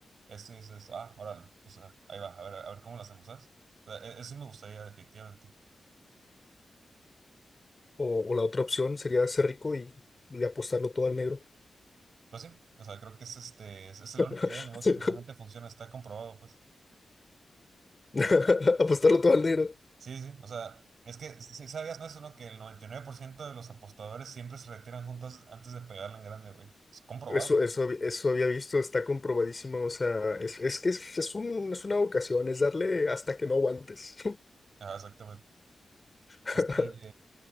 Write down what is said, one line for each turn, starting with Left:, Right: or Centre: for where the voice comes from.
Right: Esto y esto, esto. Ah, órale, pues ah, ahí va, a ver, a ver cómo lo hacemos, ¿sabes? O sea, e- eso sí me gustaría definitivamente.
Left: O, o la otra opción sería ser rico y, y apostarlo todo al negro.
Right: Pues sí, o sea, creo que es este, es, es la única
Left: <laughs>
Right: idea de negocio que realmente funciona, está comprobado, pues.
Left: <laughs> Apostarlo todo al negro.
Right: Sí, sí, o sea, es que si si sabías, ¿no? Eso, ¿no? Que el 99% de los apostadores siempre se retiran juntos antes de pegarle en grande, güey. Es comprobado.
Left: Eso,
Right: ¿eh?
Left: eso, hab- eso había visto, está comprobadísimo. O sea, es, es que es, es un- es una vocación, es darle hasta que no aguantes.
Right: Ajá, exactamente.
Left: <laughs>
Right: Este,